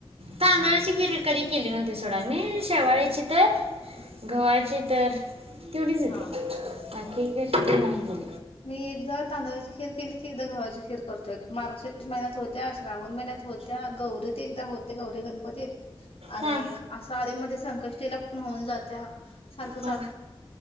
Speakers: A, on the right; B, on the left.
A: तांदळाची किर कधी केली नव्हती सोडा मी शवाळेची तर गंव्हाची तर तेवढीचेतया
B: हा.
A: अखठीके े नाही पोल
B: मी एकदा तांदळाची खीर केली की एकदा घावाची खीर करतो मार्ग महिन्यात होत्या श्रावण महिन्या होत्या गौरीत एकदा होत्या गौरी गणपतीत आणि
A: हां
B: असं आधी मध्ये संकष्टीला होऊन जात्या सारख
A: हा